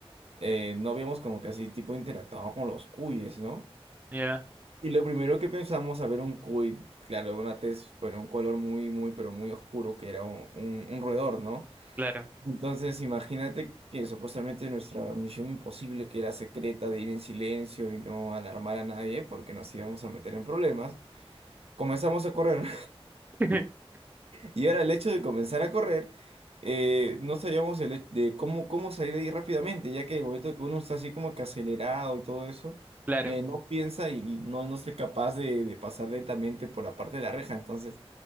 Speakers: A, on the right; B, on the right.
A: eh, no habíamos como que así tipo interactuado con los cuyes, ¿no?
B: ya,
A: Y lo primero que pensamos a ver un cuy, claro, una tez, bueno, un color muy, muy, pero muy oscuro que era un, un, un roedor, ¿no?
B: claro.
A: Entonces imagínate que supuestamente nuestra misión imposible, que era secreta de ir en silencio y no alarmar a nadie porque nos íbamos a meter en problemas, comenzamos a correr.
B: <laughs>
A: Y ahora el hecho de comenzar a correr, eh, no sabíamos el, he- de cómo, cómo salir de ahí rápidamente, ya que el momento que uno está así como que acelerado y todo eso,
B: Claro.
A: eh, no piensa y y no, no es capaz de, de pasar lentamente por la parte de la reja. Entonces,